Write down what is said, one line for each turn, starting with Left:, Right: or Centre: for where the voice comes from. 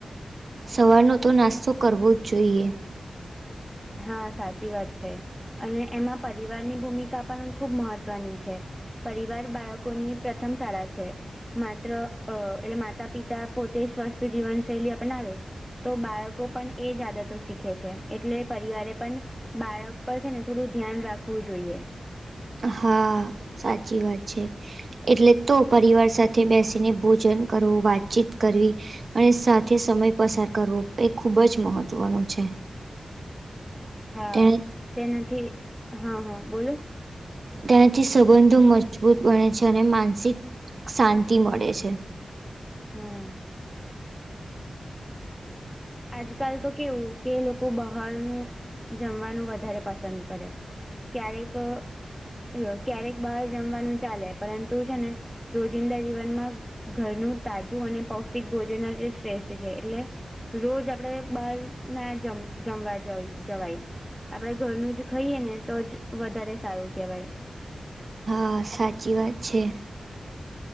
Right: સવારનો તો નાસ્તો કરવો જ જોઈએ.
Centre: હા સાચી વાત છે. અને એમાં પરિવારની ભૂમિકા પણ ખૂબ મહત્વની છે. પરિવાર બાળકોની પ્રથમ શાળા છે. માત્ર અહ એટલે માતા-પિતા પોતે સ્વસ્થ જીવનશૈલી અપનાવે તો બાળકો પણ એ જ આદતો શીખે છે. એટલે પરિવારે પણ બાળક પર છે ને થોડું ધ્યાન રાખવું જોઈએ.
Right: હા, સાચી વાત છે. એટલે જ તો પરિવાર સાથે બેસીને ભોજન કરવું, વાતચીત કરવી અને સાથે સમય પસાર કરવો એ ખૂબ જ મહત્વનો છે.
Centre: હા.
Right: તેને
Centre: તેનાથી હા, હા બોલો.
Right: તેનાથી સંબંધો મજબૂત બને છે. અને માનસિક શાંતિ મળે છે.
Centre: હા. આજકાલ તો કેવું, કે લોકો બહારનું જમવાનું વધારે પસંદ કરે. ક્યારેક અહ ક્યારેક બહાર જમવાનું ચાલે. પરંતુ છે ને રોજિંદા જીવનમાં ઘરનું તાજું અને પૌષ્ટિક ભોજન જ શ્રેષ્ઠ છે. એટલે રોજ આપણે બહાર ના જમ જમવા જવી જવાય. આપણે ઘરનું જ ખઈએ ને, તો જ વધારે સારું કહેવાય.
Right: હા સાચી વાત છે.